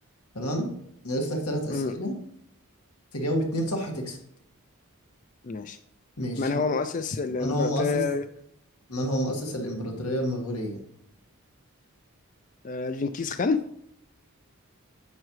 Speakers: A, on the left (about 85°); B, on the left (about 35°).
A: تمام ناقص لك ثلاث أسئلة
B: امم
A: تجاوب اتنين صح تكسب
B: ماشي
A: ماشي
B: من هو
A: من
B: مؤسس الامبراطور
A: من هو مؤسس من هو مؤسس الإمبراطورية المغولية
B: آه، جنكيز خان